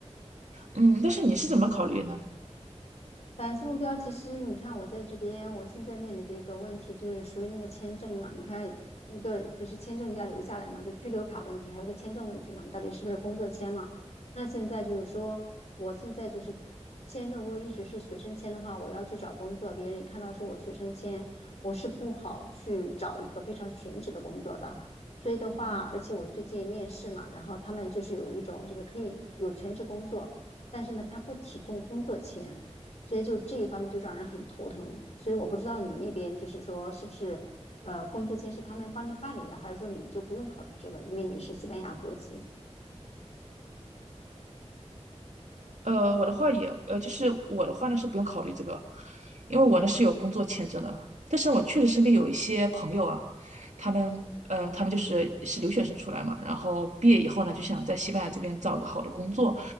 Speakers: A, on the right (about 85°); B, on the left (about 70°).
A: 嗯，但是你是怎么考虑呢？
B: 短期目标其实，你看我在这边，我现在面临的一个问题就是属于那个签证嘛。你看，一个就是签证你要留下来嘛，就居留卡问题，还有个签证问题嘛，你到底是不是工作签嘛？那现在就是说，我现在就是签证，如果一直是学生签的话，我要去找工作，别人一看到是我学生签，我是不好去找一个非常全职的工作的。所以的话，嗯而且我最近面试嘛，然后他们就是有一种就是可以有全职工作，但是呢，他不提供工作签。所以就这一方面就让人很头疼。所以我不知道你那边就是说是不是呃工作签是他们帮你办理的，还是说你就不用考虑这个，因为你是西班牙国籍。
A: 呃，我的话也，呃，就是我的话呢是不用考虑这个，因为我呢是有工作签证的。但是我确实身边有一些朋友啊，他们，嗯，他们就是是留学生出来嘛，然后毕业以后呢就想在西班牙这边找个好的工作，